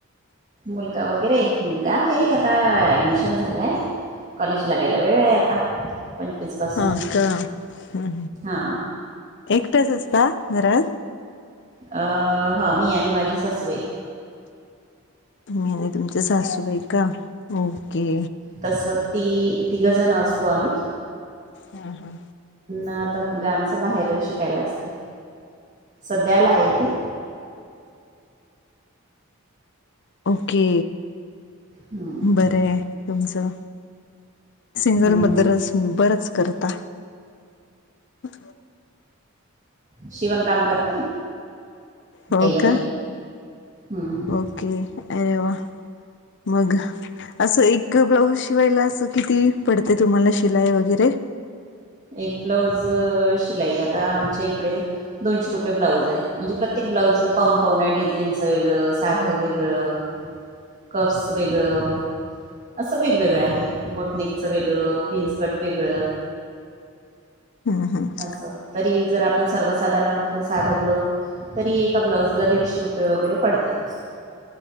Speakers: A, on the right; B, on the left.
A: मुलगा वगैरे मुलगा हे आता ऍडमिशन झालाय कॉलेजलागायला वेळय आता पंचवीस पासून
B: हा का हं
A: हा
B: एकटेच असता घरात?
A: अ हा मी आणि माझी सासुबाई-
B: तुम्ही आणि तुमच्या सासूबाई का ओके
A: तस ती तिघजण असतो आम्ही
B: हा हा
A: आता मुलगा आमच बाहेर शिकायला असतेय सध्यालाय इथे
B: ओके
A: हम्म
B: बरंय तुमचं सिंगल
A: हम्म
B: मदर असून बरच करता <inaudible>
A: शिवण काम करते
B: हो
A: टेलरिंग
B: का
A: हम्म
B: ओके अरे वा! मग असं एक ब्लाऊज शिवायला असं किती पडते तुम्हाला शिलाई वगैरे?
A: एक ब्लाऊज शिलाई आता आमच्या इकडे दोनशे रुपये ब्लाउज आहे, म्हणजे प्रत्येक ब्लाऊज पाहून पाहून आहे डिझाईनचं वेगळं, साधं वेगळं कप्सच वेगळं असं वेगवेगळं आहे. बोटनेकचं वेगळं प्रिन्स कट वेगळं
B: हम्म हम्म
A: असं तरी जर आपण सर्वसाधारण म्हटलं साधा ब्लाऊज तरी एका ब्लाऊजला दीडशे रुपये वगैरे पडतात.